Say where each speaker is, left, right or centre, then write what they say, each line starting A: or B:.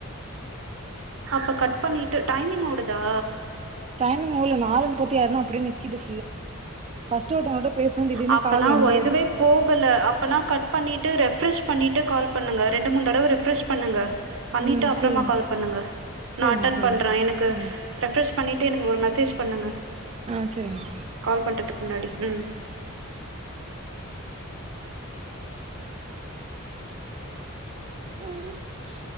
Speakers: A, on the right; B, on the right.
A: அப்ப கட் பண்ணிட்டு டைமிங் ஓடுதா
B: டைமிங் ஓடுல நாலு முப்பத்தியாருனு அப்டியே நிக்குது ஃபஸ்ட்டு ஒருத்தவங்கட்ட பேசுன திடீர்னு
A: அப்பனா
B: கால் எண்ட்
A: ஓ
B: ஆயிடுச்சு
A: இதுவே போகல அப்பனா கட் பண்ணிட்டு ரெஃப்ரெஷ் பண்ணிட்டு கால் பண்ணுங்க ரெண்டு மூண தடவ ரெஃப்ரெஷ் பண்ணுங்க பண்ணிட்டு
B: ம்
A: அப்புறமா
B: சரிங்க
A: கால் பண்ணுங்க
B: சரிங்க
A: நா அட்டன்
B: சரிங்க
A: பண்றே எனக்கு
B: ம்
A: ரெஃப்ரெஷ் பண்ணிட்டு எனக்கு ஒரு மெசேஜ் பண்ணுங்க
B: ஆ சரிங்க
A: கால் பண்ணுறதுக்கு முன்னாடி ம்
B: <unintelligible>